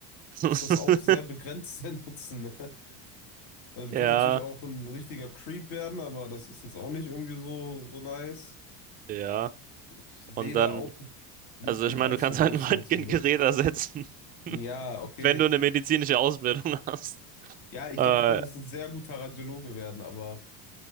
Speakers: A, on the right; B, on the left.
A: <laughs>
B: ist das auch sehr begrenzt der <laughs> Nutzen. Ne? Also du
A: Ja,
B: kannst natürlich auch ein richtiger Creep werden, aber das ist jetzt auch nicht irgendwie so, so nice.
A: ja.
B: Ich sehe
A: Und dann,
B: da auch nicht
A: also ich
B: den
A: meine,
B: allzu
A: du kannst
B: größten
A: halt ein Röntgengerät
B: Nutzen drin.
A: ersetzen, <laughs>
B: Ja, okay.
A: wenn du eine medizinische Ausbildung hast.
B: Ja, ich
A: Äh,
B: glaube, du könntest ein sehr guter Radiologe werden, aber